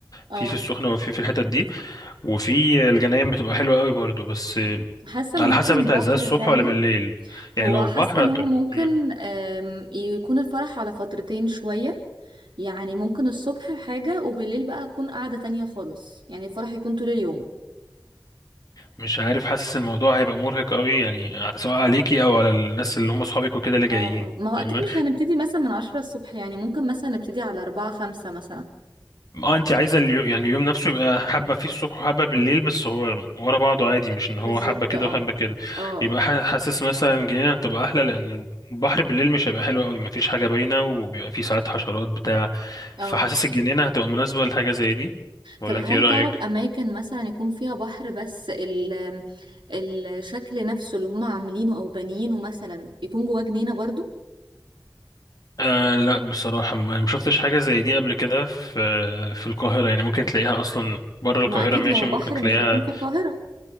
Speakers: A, on the right; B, on the left.
A: اه
B: في في السخنه وفي في الحتت دي وفي الجناين بتبقى حلوة قوي برضو بس
A: حاسة
B: على
A: ممكن
B: حسب انت
A: بحر
B: عايزها الصبح
A: فعلا
B: ولا بالليل يعني
A: هو
B: لو
A: حاسة
B: بحر
A: ان
B: هت-
A: هو ممكن
B: م-
A: آم، يكون الفرح على فترتين شوية يعني ممكن الصبح حاجة وبالليل بقى أكون قاعدة تانية خالص يعني الفرح يكون طول اليوم
B: مش عارف حاسس الموضوع هيبقى مرهق قوي يعني سواء عليكي او على الناس اللي هم اصحابك وكده اللي جايين
A: اه اه ما هو أكيد
B: تمام
A: مش هنبتدي مثلا من عشرة الصبح يعني ممكن مثلا نبتدي على أربعة خمسة مثلا
B: اه انت عايزه اليو... يعني اليوم نفسه يبقى حبه فيه الصبح وحبه بالليل بس هو ورا بعضه عادي مش ان
A: بالظبط
B: هو حبه كده
A: اه
B: وحبه كده
A: اه
B: يبقى
A: اه
B: ح- حاسس مثلا جنينه هتبقى احلى لان البحر بالليل مش هيبقى حلو قوي مفيش حاجه باينه وبيبقى فيه ساعات حشرات بتاع
A: اه
B: فحاسس الجنينه هتبقى مناسبه لحاجه زي دي ولا
A: طب هل
B: انت ايه رايك
A: تعرف أماكن مثلا يكون فيها بحر بس ال الشكل نفسه اللي هما عاملينه أو بانيينه مثلا يكون جواه جنينة برضو؟
B: آه لا بصراحة ما ما شفتش حاجة زي دي قبل كده في في القاهرة يعني ممكن تلاقيها أصلا بره القاهرة
A: ما أكيد
B: ماشي
A: لو
B: ممكن
A: بحر
B: تلاقيها
A: مش هيكون في القاهرة